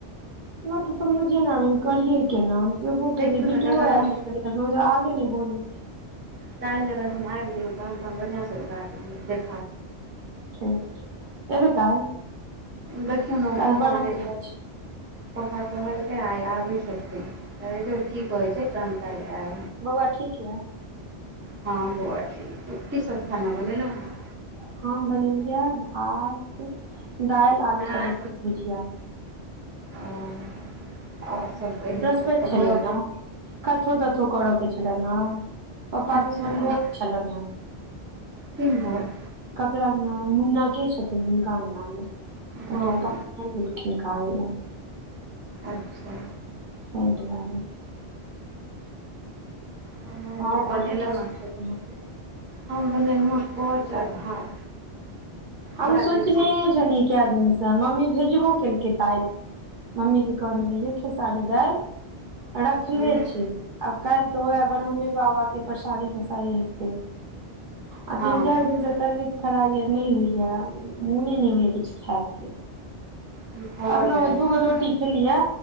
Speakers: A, on the right; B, on the right.
A: हमरा तो समझे ना अवैया करिये केना एबो
B: देखियौ
A: केलै बिटुओ
B: ने अगर
A: आयल
B: हम
A: छथिन आगे नइ बढ़ै
B: काल्हि जन हम आइब गेलहुँ तहन त हम बढ़िआँ सँ भाय गेले देख
A: ठीक छै एबे काल
B: देखियौ ने
A: काल्हि
B: हाँ
A: ब्रह्म
B: नय
A: पूजा
B: पापा कहलक आइ आबे छथिन की कहे छै तहन काल्हि एब
A: बौआ ठीक यै
B: हँ बौआ ठीक अए की सब खाना बनेेलौं ह
A: हम बनेलियै भात दाइल आलू
B: आँय
A: परोर के भुजिया
B: ओ आओर सब कहियौ
A: वृहस्पति
B: तखन
A: छै
B: बौआ
A: ने आइ कथो तथो करऽ के छलनि ने पप्पा
B: अच्छा
A: के उम्हर नौत छलन ह
B: तीन हैन
A: ककरा अंगना मुन्ना के छथिन हुनका अंगनामे तऽ
B: हम
A: थटा आ गेलखिन काइला
B: अच्छा
A: तइ दुआरे
B: हमरो
A: आर
B: बनेलहुँ
A: अहाँ की सब
B: हँ
A: छलल हमर <unintelligible>
B: हम बनेलहुँ हँ अरकोच और भात
A: हम
B: बड़ा
A: सोचनेहे
B: दिन से
A: छली कैय दिन सँ मम्मी भेजबो केलकै दालि मम्मी कऽ कहने रहिये खेसारी दालि रखने
B: हूँ
A: छी आब काल्हि तऽ ओएह ब्रह्ममे बाबा केँ परसादी तरसादी हेतै आ
B: हँ
A: तीन चार दिन से तबियत खेनाइ यर नइ होइ य मोने नइ होइ य किछ खाय केँ
B: भऽ
A: अखनो
B: जाइ छै
A: दू गो रोटी खेलिये